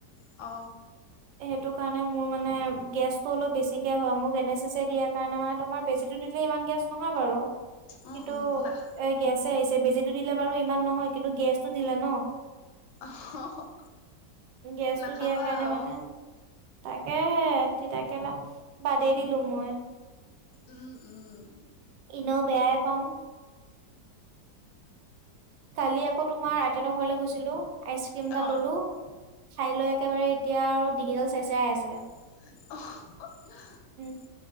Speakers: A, on the left; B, on the right.
A: অ
B: সেইটো কাৰণে মোৰ মানে গেছটো অলপ বেছিকে হয় মোক এন এ ছি ছি এ দিয়াৰ কাৰণে তোমাৰ বেছি টো দিলে। মান গেছ নহয় বাৰু।
A: উম,
B: কিন্তু
A: উম, নাখ
B: এ গেছে আহিছে বেজিটো দিলে বাৰু ইমান নহয় কিন্তু গেছটো দিলে ন- গেছটো
A: অ', নাখাবা
B: দিয়াৰ কাৰণে
A: আৰু
B: মানে তাকে তিতাকেলা বাদেই দিলোং মই-
A: উম উম।
B: এনেও বেয়াই পাওঁ। কালি আকৌ তোমাৰ আইততৰ ঘৰলৈ গৈছিলো আইচক্ৰীম এটা
A: অ',
B: ললো। খাই লৈ একেবাৰে এতিয়া আৰু ডিঙিডাল চেৰ চেৰাই আছে।
A: অহ
B: উম